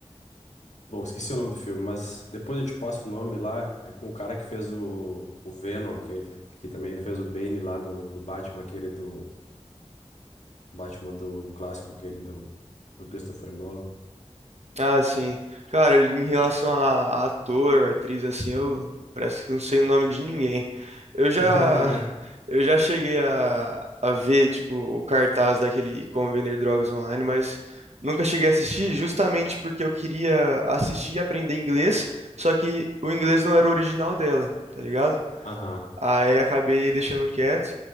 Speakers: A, on the left (about 85°); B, on the right (about 70°).
A: bom, esqueci o nome do filme, mas depois eu te passo o nome lá. É com o cara que fez o, o Venom, aquele. Que também ele fez o Bane lá no, no Batman, aquele do. Batman do clássico, aquele do, do Christopher Nolan.
B: Ah, sim. Cara, em relação a ator, atriz, assim, eu parece que não sei o nome de ninguém. Eu já,
A: <laughs>
B: eu já cheguei a, a ver, tipo, o cartaz daquele Como Vender Drogas Online, mas nunca cheguei a assistir justamente porque eu queria assistir e aprender inglês, só que o inglês não era o original dela, tá ligado?
A: Aham.
B: Aí acabei deixando quieto.